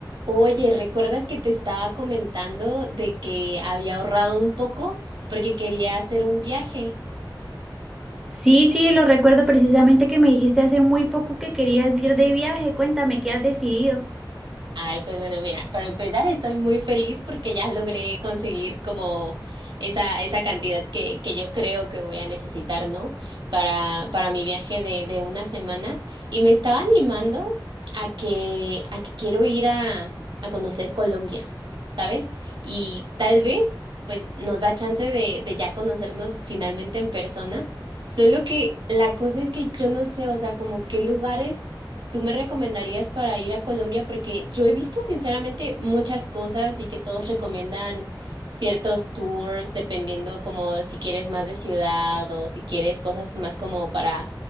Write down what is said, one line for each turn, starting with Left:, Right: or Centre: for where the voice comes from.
Right: Oye, ¿recuerdas que te estaba comentando de que había ahorrado un poco porque quería hacer un viaje?
Centre: Sí, sí, lo recuerdo precisamente que me dijiste hace muy poco que querías ir de viaje. Cuéntame, ¿qué has decidido?
Right: Ay, pues bueno, mira, para empezar estoy muy feliz porque ya logré conseguir como esa, esa cantidad que, que yo creo que voy a necesitar, ¿no? Para, para mi viaje de, de una semana. Y me estaba animando a que, a que quiero ir a, a conocer Colombia, ¿sabes? Y tal vez, pues, nos da chance de, de ya conocernos finalmente en persona. Solo que la cosa es que yo no sé, o sea, como qué lugares tú me recomendarías para ir a Colombia? Porque yo he visto sinceramente muchas cosas y que todos recomiendan ciertos tours, dependiendo como si quieres más de ciudad o si quieres cosas más como para